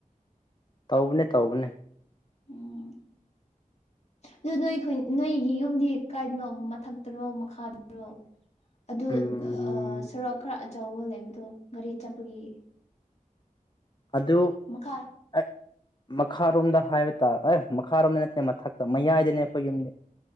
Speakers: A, on the left (about 30°); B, on the left (about 50°).
A: ꯇꯧꯕꯅꯦ ꯇꯧꯕꯅꯦ
B: ꯎꯝ ꯑꯗꯨ ꯅꯣꯏꯈ ꯅꯣꯏꯒꯤ ꯌꯨꯝꯗꯤ ꯀꯥꯏꯗꯅꯣ ꯃꯊꯛꯇꯔꯣ ꯃꯈꯥꯗꯔꯣ ꯑꯗꯨ
A: ꯎꯝ
B: ꯑ ꯁꯣꯔꯣꯛ ꯈꯔ ꯑꯆꯧꯕ ꯂꯩꯕꯗꯣ ꯒꯥꯔꯤ ꯆꯠꯄꯒꯤ
A: ꯑꯗꯨ
B: ꯃꯈꯥ
A: ꯑꯩ ꯃꯈꯥꯔꯣꯝꯗ ꯍꯥꯏꯕ ꯇꯥ ꯑꯦ ꯃꯈꯥꯔꯣꯝꯗ ꯅꯠꯇꯦ ꯃꯊꯛꯇ ꯃꯌꯥꯏꯗꯅꯦ ꯑꯩꯈꯣꯏ ꯌꯨꯝꯗꯤ